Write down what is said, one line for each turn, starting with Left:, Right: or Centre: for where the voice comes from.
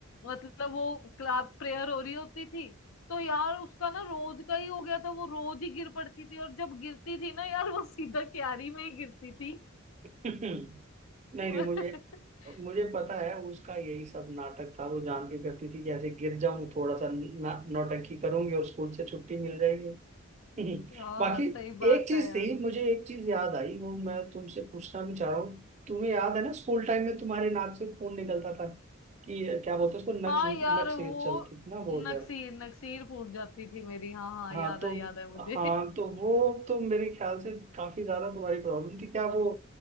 Left: मतलब वो क्लास प्रेयर हो रही होती थी तो यार उसका ना रोज का ही हो गया था वो रोज ही गिर पड़ती थी और जब गिरती थी ना यार वो सीधा क्यारी में ही गिरती थी
Right: <laughs> नहीं
Left: <laughs>
Right: नहीं मुझे मुझे पता है उसका यही सब नाटक था वो जान के करती थी कि ऐसे गिर जाऊं थोड़ा सा ना नौटंकी करूंगी और स्कूल से छुट्टी मिल जाएगी <laughs>
Left: हाँ
Right: बाकी
Left: सही बात
Right: एक चीज
Left: है यार
Right: थी मुझे एक चीज याद आई वो मैं तुमसे पूछना भी चाह रहा हूँ तुम्हें याद है ना स्कूल टाइम में तुम्हारे नाक से खून निकलता था कि क्या बोलते हैं उसको नक
Left: हाँ यार
Right: नक से
Left: वो
Right: चलती थी ना बहुत
Left: नक्सीर
Right: ज्यादा
Left: नक्सीर फूट जाती थी मेरी हाँ हाँ
Right: हाँ
Left: याद
Right: तो
Left: है याद है मुझे
Right: हाँ
Left: <laughs>
Right: तो वो तो मेरे ख्याल से काफी ज्यादा तुम्हारी प्रॉब्लम थी क्या वो